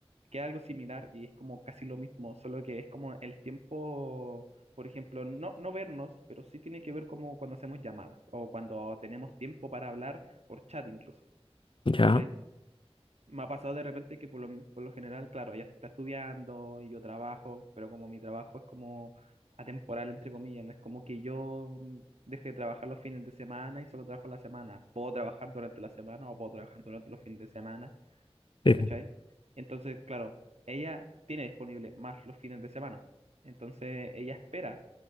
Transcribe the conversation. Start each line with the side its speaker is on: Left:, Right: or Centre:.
Right: que es algo similar y es como casi lo mismo, solo que es como el tiempo, por ejemplo, no, no vernos, pero sí tiene que ver como cuando hacemos llamadas o cuando tenemos tiempo para hablar por chat incluso,
Left: Ya.
Right: ¿cachai? Me ha pasado de repente que por lo, por lo general, claro, ella está estudiando y yo trabajo, pero como mi trabajo es como atemporal, entre comillas, no es como que yo mm, deje de trabajar los fines de semana y solo trabajo la semana. Puedo trabajar durante la semana o puedo trabajar durante los fines de semana
Left: Sí,
Right: ¿cachai?
Left: po,
Right: Entonces, claro, ella tiene disponible más los fines de semana. Entonces, ella espera